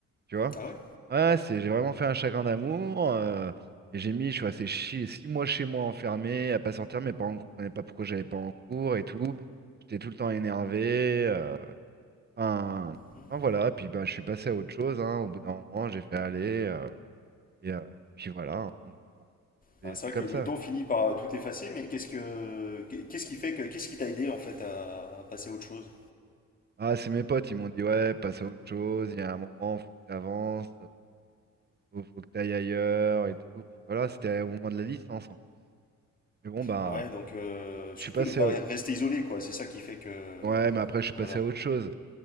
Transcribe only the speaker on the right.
tu vois?
Ouais, c'est, j'ai vraiment fait un chagrin d'amour. euh, et j'ai mis, je suis resté chi- six mois chez moi enfermé, à pas sortir. Mes parents ne comprenaient pas pourquoi j'allais pas en cours et tout. J'étais tout le temps énervé. euh, enfin,
enfin, voilà. Puis ben, je suis passé à autre chose. hein. Au bout d'un moment, j'ai fait aller. euh, et, euh, et puis voilà. hein. Donc, bon, c'est
c'est
comme
ça.
Ah, c'est mes potes, ils m'ont dit, ouais, passe à autre chose, il y a un moment, faut que tu avances, faut, faut que tu ailles ailleurs et tout. Puis voilà, c'était au moment de la licence en plus. Mais bon, bah,
je suis passé
à...
Ouais, mais après, je suis passé
à autre chose.